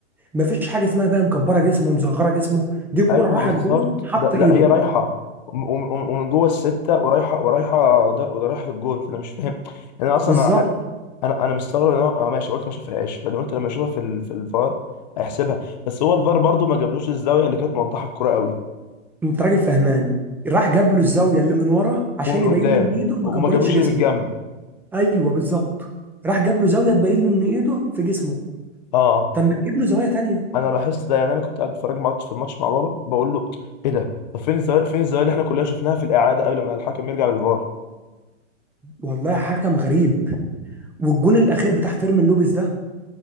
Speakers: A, in the centre; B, on the left.
A: مفيش حاجة اسمها بقى مكبرة جسمه مصغرة جسمه دي كرة
B: ايوه
A: راحت
B: بالظبط
A: الجون حط
B: ده, ده
A: ايده
B: هي رايحه وم- وم- ومن جوه السته ورايحه ورايحه ده ورايحه في الجون فانا مش فاهم يعني انا اصلا
A: بالظبط
B: انا انا مستغرب ان هو اه ماشي قلت ما شافهاش بعدين قلت لما اشوفها في ال- في الفار هيحسبها بس هو الفار برضو ما جابلوش الزاويه اللي كانت موضحه الكوره قوي
A: انت راجل فهمان راح جاب له الزاويه اللي من ورا عشان
B: ومن
A: يبين
B: قدام
A: له ان ايده ما
B: وما
A: كبرتش
B: جابلوش اللي
A: جسمه
B: من الجنب
A: ايوه بالظبط راح جاب له زاويه تبين له ان ايده في جسمه
B: اه
A: طب ما تجيب له زوايا تانية
B: انا لاحظت ده يعني انا كنت قاعد بتفرج مع- في الماتش مع بابا بقول له ايه ده طب فين الزاويه فين الزاويه اللي احنا كلنا شفناها في الاعاده قبل ما الحكم يرجع للفار
A: والله حكم غريب والجون الاخير بتاع فيرمين لوبيز ده